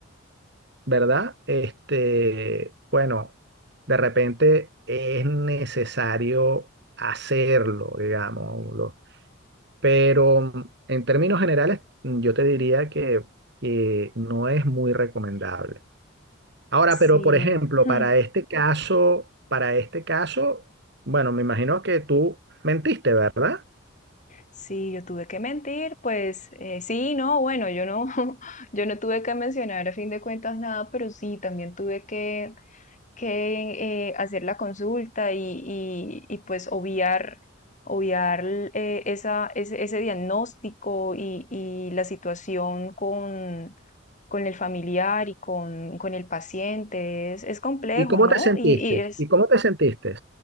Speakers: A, on the right (about 55°); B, on the left (about 35°).
A: ¿verdad? Este, bueno, de repente es necesario hacerlo, digamos. lo- Pero en términos generales, mm, yo te diría que, que no es muy recomendable. Ahora,
B: Sí,
A: pero por ejemplo,
B: hmm,
A: para este caso, para este caso, bueno, me imagino que tú mentiste, ¿verdad?
B: sí, yo tuve que mentir, pues eh, sí, no, bueno, yo no, <laughs> yo no tuve que mencionar a fin de cuentas nada, pero sí, también tuve que, que eh, hacer la consulta y, y, y, pues obviar, obviar eh, esa, ese, ese diagnóstico y, y la situación con, con el familiar y con, con el paciente. Es, es complejo,
A: ¿Y cómo
B: ¿no?
A: te sentiste?
B: Y, y es,
A: ¿Y cómo te sentiste?